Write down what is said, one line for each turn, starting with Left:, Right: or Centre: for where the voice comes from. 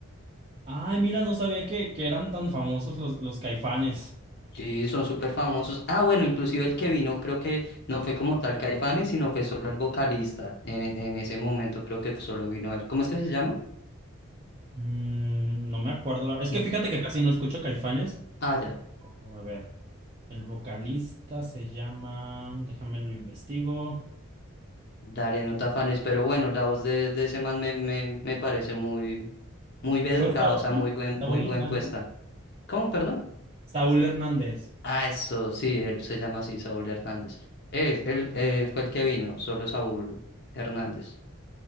Right: Ay, mira, no sabía que, que eran tan famosos los, los Caifanes.
Left: Sí, son súper famosos. Ah, bueno, inclusive el que vino creo que no fue como tal Caifanes, sino fue solo el vocalista en, e- en ese momento, creo que solo vino él. ¿Cómo es que se llama?
Right: Mm, no me acuerdo. la- Es
Left: No.
Right: que fíjate que casi no escucho Caifanes.
Left: Ah, ya.
Right: Oh, a ver, el vocalista se llama, déjame lo investigo.
Left: Dale, no te afanes, pero bueno, la voz de, de ese man me, me, me parece muy, muy bien
Right: ¿Fue
Left: educada,
Right: Saúl?
Left: o sea, muy buen, muy
Right: ¿Saúl
Left: buen
Right: Hernández?
Left: puesta. ¿Cómo, perdón?
Right: Saúl Hernández.
Left: Ah, eso, sí, él se llama así, Saúl Hernández. Él, él eh, fue el que vino, solo Saúl Hernández.